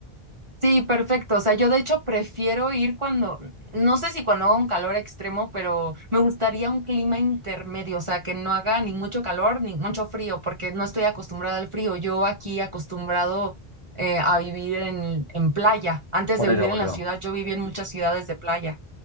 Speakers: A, on the right; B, on the left.
A: Sí, perfecto, o sea, yo de hecho prefiero ir cuando, no sé si cuando haga un calor extremo, pero me gustaría un clima intermedio, o sea, que no haga ni mucho calor ni mucho frío, porque no estoy acostumbrada al frío, yo aquí acostumbrado... eh, a vivir en, en playa.
B: <laughs>
A: Antes
B: Por
A: de vivir
B: eso, por
A: en la
B: eso.
A: ciudad, yo viví en muchas ciudades de playa.